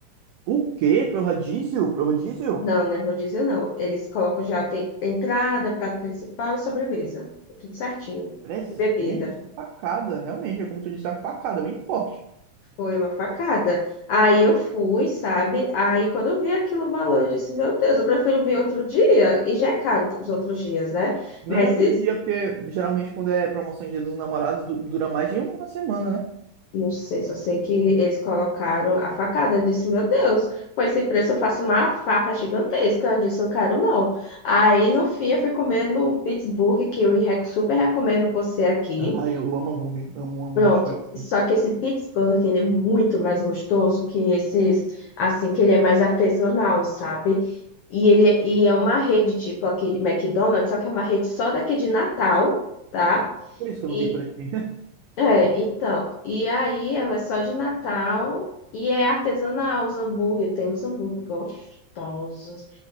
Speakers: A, on the right; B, on the left.
A: O quê? Pro rodízio? Pro rodízio?
B: Não, né? Rodízio não. Eles colocam já tem entrada, prato principal e sobremesa. É Tudo certinho.
A: Trezentos
B: E bebida.
A: Que facada. Realmente, é como tu disse, é uma facada bem forte.
B: Foi uma facada. Aí eu fui, sabe? Aí quando eu vi aquilo o valor, eu disse, meu Deus, eu prefiro vir outro dia. E já é caro os outros dias, né?
A: Nem
B: Mas
A: outro
B: esse,
A: dia, porque geralmente quando é promoção de Dia dos Namorados du- dura mais de uma semana, né?
B: não sei, só sei que eles colocaram a facada. Eu disse, meu Deus, com esse preço eu faço uma farra gigantesca. Eu disse, eu quero não. Aí no fim eu fui comendo um Pittsburgh, que eu re- super recomendo você aqui.
A: Ah, eu amo hambúrguer. Amo, amo
B: Pronto.
A: de coração.
B: Só que esse Pittsburgh, ele é muito mais gostoso que esses, assim, que ele é mais artesanal, sabe? E ele é- e é uma rede tipo aquele McDonald's, só que é uma rede só daqui de Natal, tá?
A: Por isso que
B: E
A: eu não vi por aqui. <laughs>
B: é, então, e aí ela é só de Natal e é artesanal os hambúrguer, tem os hambúrguer gostosos.